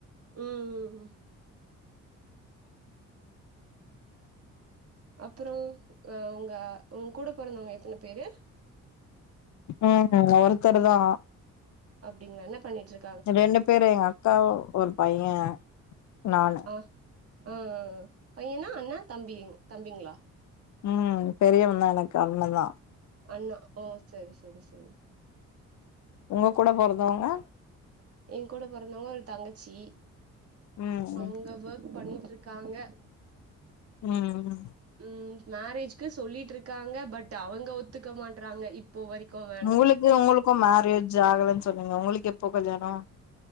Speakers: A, on the right (about 50°); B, on the left (about 70°).
A: ம் ம் ம் அப்பறோ அ உங்க உங்க கூட பொறந்தவ்ங்க எத்தன பேரு
B: ம் <inaudible> ஒருத்தரு தா
A: அப்டிங்ளா என்ன பண்ணிட்ருக்
B: ரெண்டு பேரு எங்க அக்கா ஒரு பையெ நானு
A: ஆ ஆ ஆ ஆ பையனா அண்ணா தம்பி தம்பிங்களா
B: ம் பெரியவந் தா எனக்கு அண்ணந்தா
A: அண்ணா ஓ செரி செரி செரி
B: ஒங்க கூட பொறந்தவங்க
A: ஏங்கூட பொறந்தவ்ங்க ஒரு தங்கச்சி
B: ம் ம்
A: அவுங்க வோர்க் பண்ணிட்டு இருக்காங்க
B: ம்
A: ம் மேரேஜ்க்கு சொல்லிட்டு இருக்காங்க பட் அவுங்க ஒத்துக்க மாட்டறாங்க இப் ப்போ வரிக்கு அவர்
B: உங்களுக்கு ஒங்களுக்கு மேரேஜ் ஆகலன் சொன்னீங்க ஒங்களுக்கு எப்போ கல்யாணொ